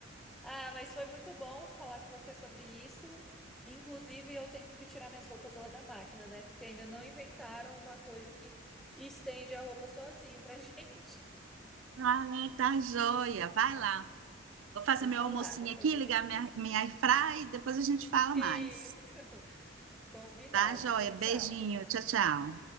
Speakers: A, in the centre; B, on the right.
A: Ah, mas foi muito bom falar com você sobre isso. Inclusive, eu tenho que tirar minhas roupas lá da máquina, né? Porque ainda não inventaram uma coisa que estende a roupa sozinha pra <laughs> gente.
B: Ah, tá joia. Vai lá. Vou fazer
A: Eu
B: meu
A: vou
B: almocinho
A: lá, depois
B: aqui,
A: a
B: ligar
A: gente.
B: minha, minha airfry e depois a gente fala
A: Isso,
B: mais.
A: <laughs> combinado.
B: Tá, joia?
A: Tchau, tchau.
B: Beijinho. Tchau, tchau.